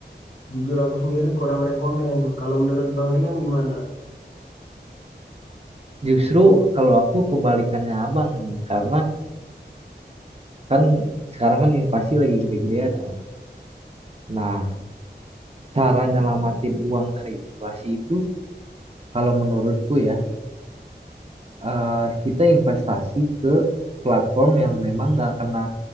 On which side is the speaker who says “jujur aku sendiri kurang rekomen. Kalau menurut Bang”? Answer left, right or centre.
Left